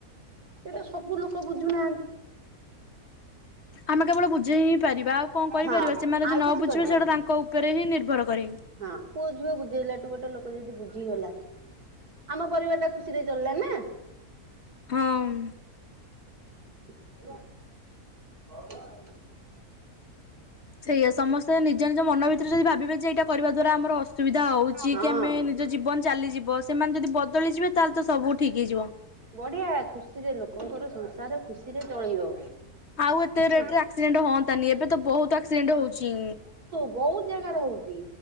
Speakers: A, on the right; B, on the left.
A: ସେଇଟା ସବୁ ଲୋକ ବୁଝୁନାହାନ୍ତି।
B: ଆମେ କେବଳ ବୁଝେଇ ହିଁ ପାରିବା ଆଉ କଣ କରିପାରିବା
A: ହଁ
B: ସେମାନେ
A: ଆଉ
B: ଯଦି ନ
A: କିଛି
B: ବୁଝିବେ
A: କରିପାରିବନି।
B: ସେଇଟା ତାଙ୍କ ଉପରେ ହିଁ ନିର୍ଭର କରେ।
A: ହଁ ପୁଅ ଝିଅ ବୁଝେଇଲାଠୁ ଗୋଟେ ଲୋକ ଯଦି ବୁଝିଗଲା ଆମ ପରିବାର ଟା ଖୁସିରେ ଚଳିଲା ନା।
B: ହମ୍।
A: <inaudible>
B: ସେଇଆ ସମସ୍ତେ ନିଜ ନିଜ ମନ ଭିତରେ ଯଦି ଭାବିବେ ଯେ ଏଇଟା କରିବା ଦ୍ଵାରା ଆମର ଅସୁବିଧା ହଉଚି
A: ହଁ।
B: କି ଆମେ ନିଜ ଜୀବନ ଚାଲିଯିବ ସେମାନେ ଯଦି ବଦଳିଯିବେ ତାହେଲେ ତ ସବୁ ଠିକ୍ ହେଇଯିବ।
A: ବଢ଼ିଆ ଖୁସିରେ ଲୋକଙ୍କର ସଂସାର ଖୁସିରେ ଚଳିବ।
B: ଆଉ ଏତେ
A: ହୁଁ
B: ରେଟ୍ ରେ ଆକ୍ସିଡେଣ୍ଟ୍ ହଅନ୍ତାନି ଏବେ ତ ବହୁତ ଆକ୍ସିଡେଣ୍ଟ୍ ହଉଚି।
A: ବହୁତ୍ ଜାଗାରେ ହଉଚି